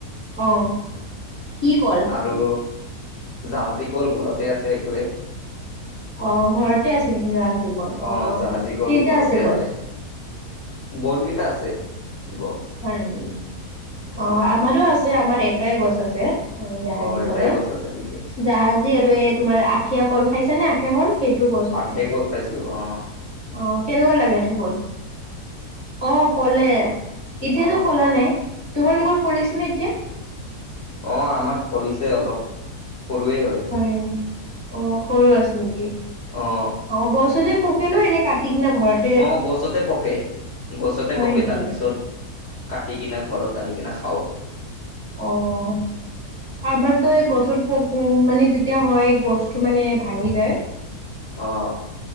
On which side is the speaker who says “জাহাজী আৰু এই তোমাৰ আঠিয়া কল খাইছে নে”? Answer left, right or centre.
Right